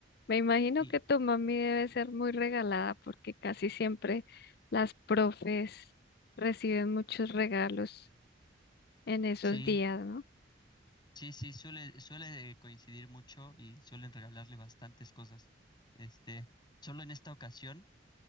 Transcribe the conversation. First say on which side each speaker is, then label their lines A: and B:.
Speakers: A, on the left; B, on the left.
A: Me imagino
B: y
A: que tu mami debe ser muy regalada porque casi siempre las profes reciben muchos regalos en esos
B: sí,
A: días, ¿no?
B: sí, sí, suele, suele coincidir mucho y suelen regalarle bastantes cosas. Este, solo en esta ocasión,